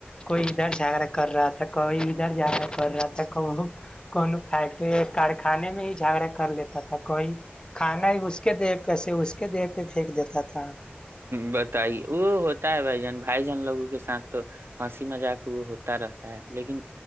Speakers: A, on the left (about 20°); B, on the right (about 70°).
A: کوئی ادھر جھگڑا کر رہا تھا کوئی ادھر جھاگڑا کر رہا تھا کو فیکٹری کارخانے میں ہی جھگڑا کر لیتا تھا کوئی کھانا ہی اس کے دیہ پہسے اس کے دیہ پہ پھینک دیتا تھا
B: بتائیے وہ ہوتا ہے بھائی جان بھائی جان لوگوں کے ساتھ تو ہنسی مجا کے وہ ہوتا رہتا ہے لیکن